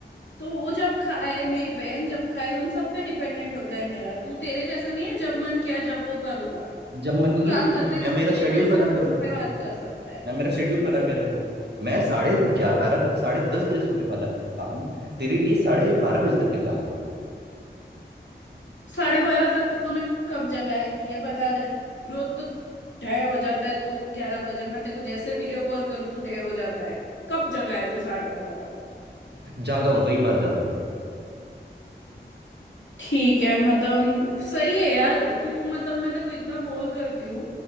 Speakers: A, on the left; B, on the right.
A: तो वो जब खाए मेरी बहन जब खाए उन सब पे डिपेंडेंट होता है मेरा तू तेरे जैसा नहीं है जब मन किया जब वो करूंगा
B: जब मन नहीं
A: तू काम
B: किया
A: करते
B: मैं,
A: करते
B: मैं मेरा शेड्यूल
A: भी मेरे से
B: बना
A: फोन
B: के रखा
A: पे
B: हूँ
A: बात कर सकता है
B: मैं मेरा शेड्यूल बना के रखा हूँ मैं साढ़े ग्यारह साढ़े दस बजे सोने वाला इंसान तेरे लिए साढ़े बारह बजे तक के जाग रहा हूँ
A: साढ़े बारह तक तूने कब जगा है ये बता दे रोज तो ढे हो जाता है तू ग्यारह बजे मैं तेरे को जैसे वीडियो कॉल करूँ तू ढे हो जाता है कब जगा है तू साढ़े बारह तक
B: जागा हूँ कई बार जागा हूँ
A: ठीक है मतलब सही है यार तू मतलब मैं तेरे को इतना बोर करती हूँ